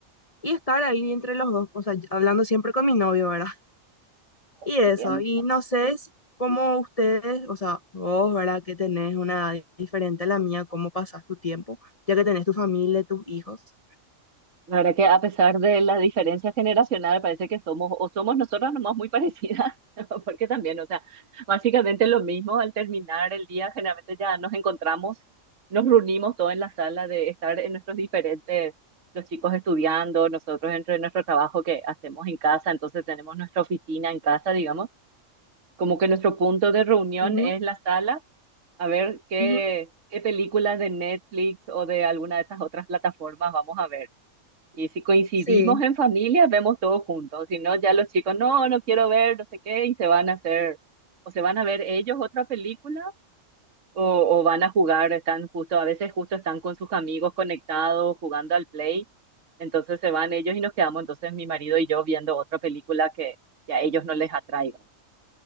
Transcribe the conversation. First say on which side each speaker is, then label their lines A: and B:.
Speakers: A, on the left; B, on the right.
A: y estar ahí entre los dos, o sea, hablando siempre con mi novio, ¿verdad? <laughs> Y eso,
B: Entiendo.
A: y no sé si- cómo ustedes, o sea, vos, ¿verdad? Que tenés una edad diferente a la mía, cómo pasás tu tiempo, ya que tenés tu familia, tus hijos.
B: La verdad que a pesar de la diferencia generacional, parece que somos, o somos nosotras nomás muy parecidas, <laughs> porque también, o sea, básicamente lo mismo, al terminar el día, generalmente ya nos encontramos, nos reunimos todos en la sala de estar en nuestros diferentes, los chicos estudiando, nosotros entre nuestro trabajo que hacemos en casa, entonces tenemos nuestra oficina en casa, digamos, como que nuestro punto de reunión
A: Ujú,
B: es la sala, a ver qué,
A: ujú.
B: qué películas de Netflix o de alguna de estas otras plataformas vamos a ver. Y si coincidimos
A: Sí.
B: en familia, vemos todos juntos. Si no, ya los chicos, no, no quiero ver, no sé qué, y se van a hacer, o se van a ver ellos otra película, o, o van a jugar, están justo, a veces justo están con sus amigos conectados, jugando al play. Entonces se van ellos y nos quedamos, entonces mi marido y yo viendo otra película que, que a ellos no les atraiga.